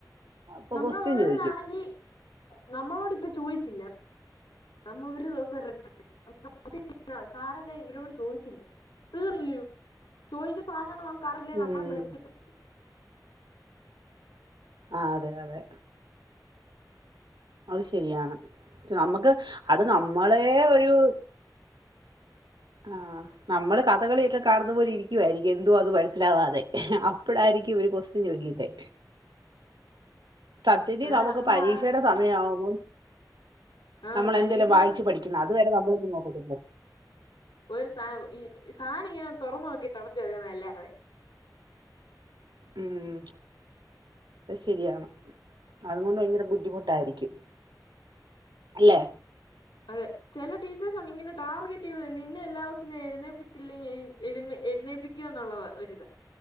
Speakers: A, on the right; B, on the left.
A: അപ്പൊ
B: നമ്മള
A: ക്വസ്റ്റ്യൻ
B: കോളേജിലാണെങ്കി
A: ചോദിക്കും
B: നമ്മളോട് ഇപ്പൊ ചോയിച്ചില്ല. നമ്മൾ ഒരു ദിവസം <unintelligible> എന്ന സാറതെ ഇവരോട് ചോദിച്ചില്ല തീറില്ലയോ. ചോദിക്ക് സാനാണോ നമ്ക്കറീല്ലേ
A: ഉം
B: നമ്മളെ നിർത്തിപ്പിക്കും
A: ആഹ് അതെ അതെ അത് ശരിയാണ് നമുക്ക് അത് നമ്മളെ ഒരു ആഹ് നമ്മള് കഥകളിയൊക്കെ കാണുന്ന പോലിരിക്കുവായിരിക്കും എന്തുവാ ഇത് മനസിലാവാതെ അപ്പഴായിരിക്കും ഒരു ക്വസ്റ്റ്യൻ ചോയ്കുന്നേ സത്യത്തി
B: ഏഹ്
A: നമുക്ക്
B: നമ്മളാ
A: പരീക്ഷയുടെ സമയമാവുമ്പം
B: ആഹ്
A: നമ്മള്ന്തെലും
B: പരീക്ഷയുടെ
A: വായിച്ചു പഠിക്കുന്ന അതുവരെ നമ്മളൊന്നും നോക്കണ്ടി <unintelligible>
B: ഒരു സാനം ഈ സാനം ഇങ്ങനെ തുറന്ന് നോക്കി കളത്തി വെക്കുന്നല്ലാതെ
A: ഉം അത് ശരിയാണ് അതുകൊണ്ട് ഭയങ്കര ബുദ്ധിമുട്ടായിരിക്കും. അല്ലേ
B: അതെ ചില ടീച്ചേഴ്സ് ഉണ്ട് ഇങ്ങനെ ടാർഗറ്റ് ചെയ്ത് നിന്നെ എല്ലാ ദിവസവും ഞാ എഴുന്നേപ്പിച്ചില്ലെ <unintelligible> നീപ്പിക്ക്യാ എന്നുള്ളത് ഒരിതാ.